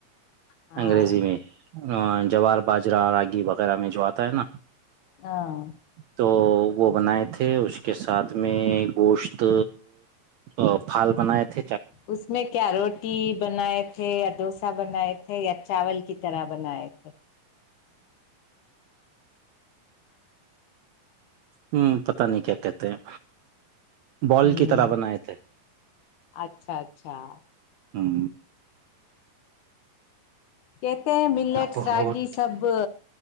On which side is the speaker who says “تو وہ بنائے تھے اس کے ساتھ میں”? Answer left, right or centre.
Right